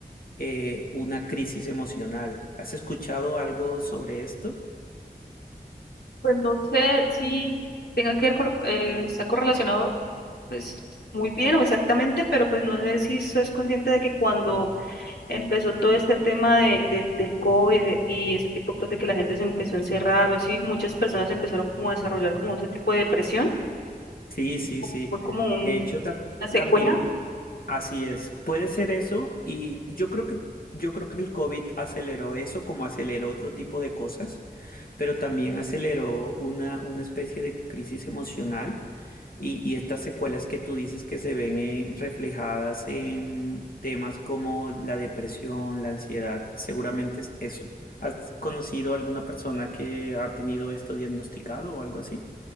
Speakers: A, on the left; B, on the left.
A: eh, una crisis emocional. ¿Has escuchado algo sobre esto?
B: Pues no sé si tenga que ver con, eh, está correlacionado pues muy bien o exactamente, pero pues no sé si sos consciente de que cuando empezó todo este tema de, de- del COVID de- y ese tipo pues de que la gente se empezó a encerrar o así, muchas personas empezaron como a desarrollar como ese tipo de depresión,
A: Sí, sí,
B: como-
A: sí.
B: fue como un-
A: De hecho, ta-
B: una secuela
A: también así es. Puede ser eso y yo creo que yo creo que el COVID aceleró eso como aceleró otro tipo de cosas. pero también aceleró una, una especie de crisis emocional y, y estas secuelas que tú dices que se ven eh, reflejadas en temas como la depresión, la ansiedad, seguramente es eso. ¿Has conocido alguna persona que ha tenido esto diagnosticado o algo así?